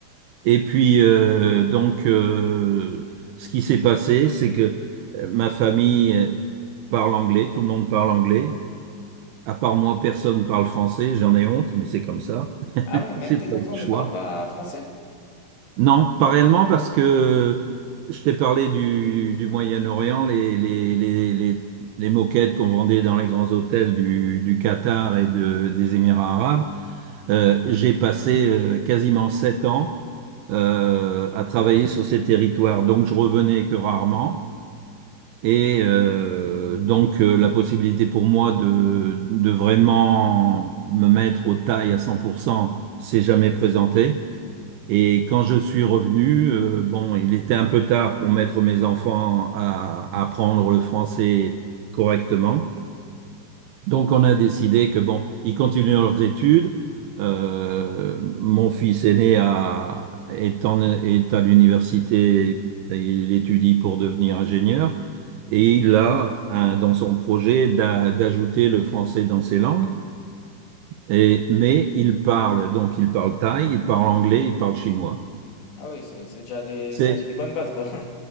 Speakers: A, on the right; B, on the left.
A: Et puis, euh, donc, euh, ce qui s'est passé, c'est que euh, ma famille euh, parle anglais, tout le monde parle anglais. À part moi, personne parle français, j'en ai honte, mais c'est comme ça. <laughs>
B: Ah ouais, même
A: C'est
B: tes
A: pas
B: enfants
A: le choix.
B: ne parlent pas français?
A: Non, pas réellement parce que je t'ai parlé du, du Moyen-Orient, les, les, les, les, les moquettes qu'on vendait dans les grands hôtels du, du Qatar et de, des Émirats arabes. Euh, j'ai passé euh, quasiment sept ans euh, à travailler sur ces territoires, donc je revenais que rarement. Et euh, donc euh, la possibilité pour moi de, de vraiment me mettre aux tailles à 100% s'est jamais présentée. Et quand je suis revenu, euh, bon, il était un peu tard pour mettre mes enfants à à apprendre le français correctement. Donc on a décidé que bon, ils continuent leurs études. Euh, mon fils aîné a, est, en- est à l'université, il étudie pour devenir ingénieur et il a un- dans son projet d'a- d'ajouter le français dans ses langues. Et, mais il parle, donc il parle thaï, il parle anglais, il parle chinois.
B: Ah oui, c'est c'est déjà des,
A: C'est,
B: c'est déjà des bonnes bases, quoi. <laughs>